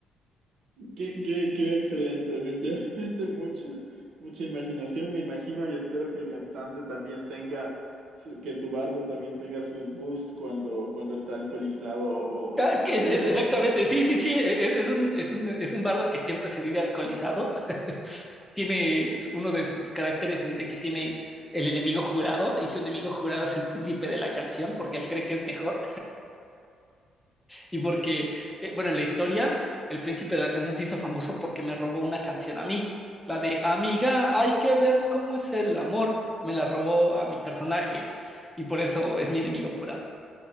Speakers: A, on the right (about 70°); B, in the centre.
A: Qué, qué, qué excelente, definitivamente <laughs> mucha, mucha imaginación, me imagino, y espero que el cantante también tenga, su- que tu bardo también tenga sus boosts cuando, cuando está alcoholizado o,
B: Ah,
A: o con
B: que
A: mujeres.
B: es- es- exactamente.
A: <laughs>
B: Sí, sí, sí. e- e- Es, un, es un, es un bardo que siempre se vive alcoholizado. Tiene uno de sus caracteres es de que tiene el enemigo jurado y su enemigo jurado es el príncipe de la canción porque él cree que es mejor. Y porque, eh, bueno, en la historia, el príncipe de la canción se hizo famoso porque me robó una canción a mí. La de Amiga, hay que ver cómo es el amor. Me la robó a mi personaje y por eso es mi enemigo jurado.